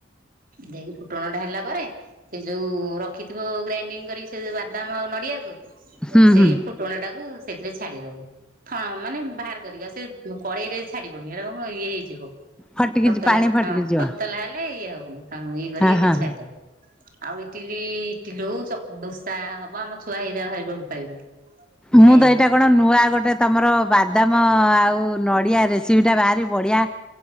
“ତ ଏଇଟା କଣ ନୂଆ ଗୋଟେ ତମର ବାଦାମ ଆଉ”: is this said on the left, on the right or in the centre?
Centre